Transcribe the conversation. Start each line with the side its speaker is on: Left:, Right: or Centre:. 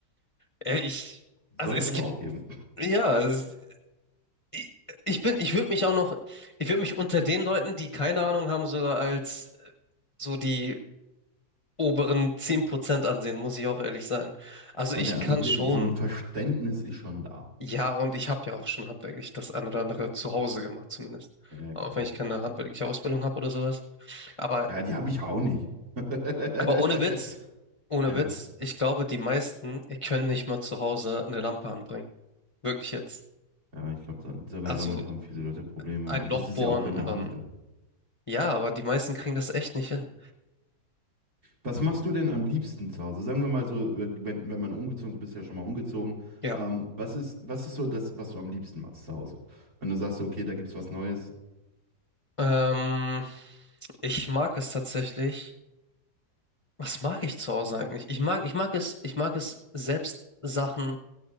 Left: Äh, ich, also
Right: Soll
Left: es
Right: es aber
Left: gibt,
Right: auch geben.
Left: ja, es-
Right: <laughs>
Left: ich, ich bin, ich würde mich auch noch, ich würde mich unter den Leuten, die keine Ahnung haben, sogar als äh, so die oberen 10% ansehen, muss ich auch ehrlich sagen. Also
Right: Okay,
Left: ich
Right: also
Left: kann
Right: du-
Left: schon,
Right: so ein Verständnis ist schon da.
Left: ja, und ich habe ja auch schon handwerklich das ein oder andere zu Hause gemacht zumindest.
Right: Ja,
Left: Auch
Right: klar.
Left: wenn ich keine handwerkliche Ausbildung habe oder sowas. Aber,
Right: Ja, die habe ich auch nicht. <laughs>
Left: aber ohne Witz, ohne
Right: Ja,
Left: Witz, ich glaube, die meisten können nicht mal zu Hause eine Lampe anbringen. Wirklich jetzt.
Right: ja, ich glaube, dann sogar
Left: Also
Right: damit haben viele Leute Probleme.
Left: ein
Right: Und
Left: Loch
Right: das ist
Left: bohren
Right: ja auch in
Left: und
Right: der Anlage.
Left: dann Ja, aber die meisten kriegen das echt nicht hin.
Right: Was machst du denn am liebsten zu Hause? Sagen wir mal so, äh, wenn, wenn man umgezogen ist, du bist ja schon mal umgezogen.
Left: Ja.
Right: Ähm, was ist, was ist so das, was du am liebsten machst zu Hause? Wenn du sagst, so, okay, da gibt's was Neues.
Left: Ähm, ich mag es tatsächlich. Was mag ich zu Hause eigentlich? Ich mag, ich mag es, ich mag es, selbst Sachen